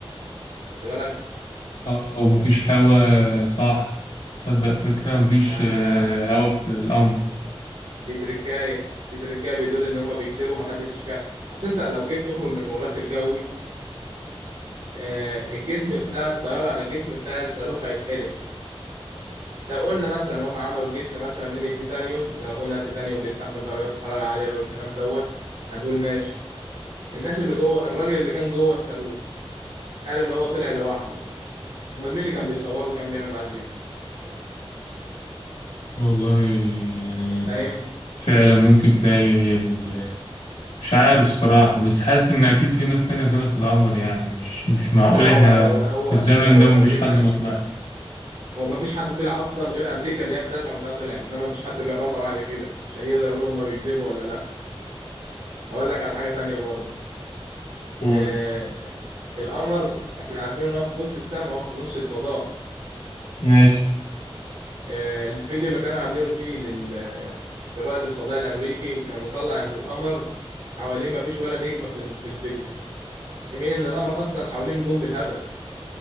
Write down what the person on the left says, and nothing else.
اه ومفيش هوا صح تصدق فكرة مفيش
آه، هوا في القمر
والله يعني
فعلا ممكن تلاقي ال... مش عارف الصراحة بس حاسس إن أكيد في ناس تانية طلعت القمر يعني مش مش معقول
إحنا
في الزمن
ده
مفيش
حد ما طلعش
قول.
ماشي